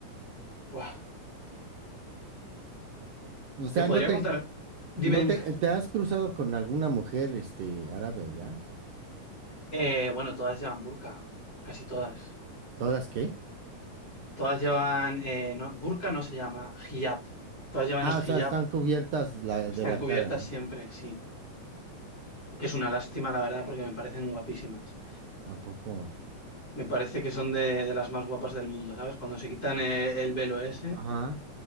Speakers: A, on the left; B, on the right.
A: Buah,
B: O sea,
A: te podría
B: ¿no te,
A: contar, dime,
B: no
A: dime.
B: te, te has cruzado con alguna mujer, este, árabe allá?
A: Eh, bueno, todas llevan burka, casi todas.
B: ¿Todas qué?
A: Todas llevan, eh, no, burka no se llama, hijab. Todas llevan
B: Ah,
A: el
B: o sea,
A: hijab,
B: están cubiertas la,
A: están
B: de la
A: cubiertas
B: cara, ¿no?
A: siempre, sí. Que es una lástima, la verdad, porque me parecen guapísimas.
B: ¿A poco?
A: Me parece que son de, de las más guapas del mundo, ¿sabes? Cuando se quitan eh, el velo ese,
B: Ajá.